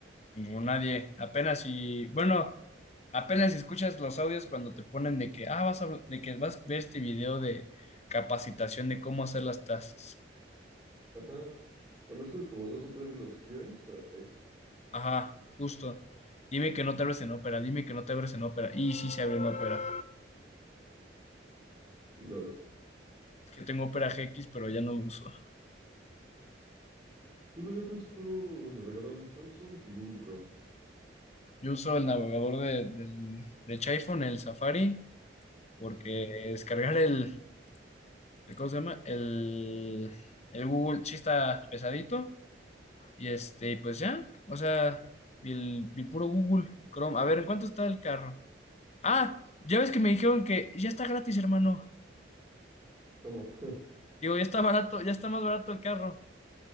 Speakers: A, on the left (about 35°); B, on the right (about 20°).
A: Como nadie, apenas si, bueno, apenas si escuchas los audios cuando te ponen de que, ah, vas a, habl- de que vas a ver este video de capacitación de cómo hacer las tasks.
B: Ajá. Conoces como dos o tres de los QMs, pero hasta ahí.
A: Ajá, justo. Dime que no te abres en Opera, dime que no te abres en Opera. Y sí se abre en Opera.
B: LOL.
A: Es que tengo Opera GX, pero ya no lo uso.
B: Yo la neta uso puro navegador de Samsung y Google Chrome.
A: Yo uso el navegador de, del, de iPhone, el Safari, porque
B: Ujú.
A: descargar el, el- ¿cómo se llama? El, el Google sí está pesadito. Y este, pues ya, o sea, el, el puro Google Chrome. A ver, ¿en cuánto está el carro? Ah, ya ves que me dijeron que ya está gratis, hermano.
B: ¿Cómo? <laughs>
A: Digo, ya está barato, ya está más barato el carro.